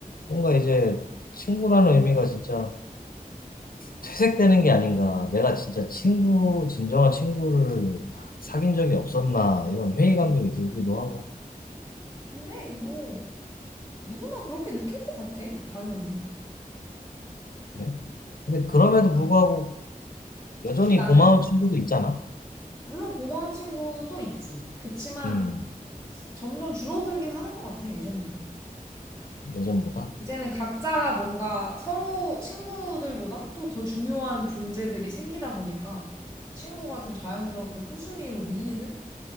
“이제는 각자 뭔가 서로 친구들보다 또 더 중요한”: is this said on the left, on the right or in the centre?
Left